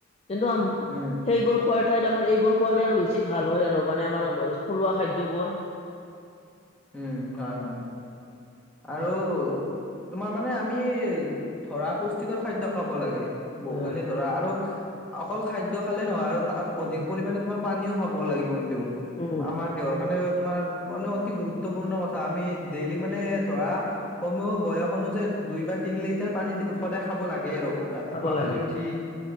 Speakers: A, on the left; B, in the centre.
A: কিন্তু আম
B: উম,
A: সেইবোৰ খোৱাৰ ঠাইত আমাৰ এইবোৰ খোৱালে আৰু বেছি ভাল হয় আৰু মানে আমাৰ থলুৱা খাদ্যবোৰ।
B: উম হয় হয়। আৰু তোমাৰ মানে আমি ধৰা পুষ্টিকৰ খাদ্য খাব লাগে। বহুখিনি
A: হয় হয়
B: ধৰা আৰু অকল খাদ্য খালে নহয় আৰু তাত অধিক পৰিমাণে তোমাৰ পানীও খাব লাগিব কিন্তু।
A: উম
B: আমাৰ দেহৰ কাৰণে তোমাৰ মানে অতি গুৰুত্ গুৰুত্বপূৰ্ণ কথা আমি ডেইলি মানে ধৰা কমেও বয়স অনুযায়ী দুই বা তিনি লিটাৰ পানী সদায় খাব লাগে আৰু। ৰাতি
A: খাব
B: পুৱা
A: লাগে
B: শুই উঠি